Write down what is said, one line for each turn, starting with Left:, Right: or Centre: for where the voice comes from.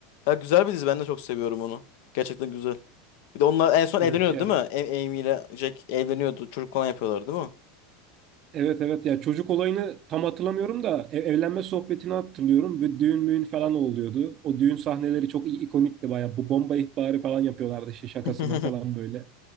Left: Ya güzel bir dizi ben de çok seviyorum onu. Gerçekten güzel. Bir de onlar en son
Right: Evet
Left: evleniyordu
Right: ya.
Left: değil mi? A- Amy ile Jack evleniyordu. Çocuk falan yapıyorlar değil mi?
Right: Evet evet ya çocuk olayını tam hatırlamıyorum da ev- evlenme sohbetini hatırlıyorum. Bir düğün müğün falan oluyordu. O düğün sahneleri çok i- ikonikti bayağı. Bu bomba ihbarı falan yapıyorlardı işte şakasına
Left: <laughs>
Right: falan böyle.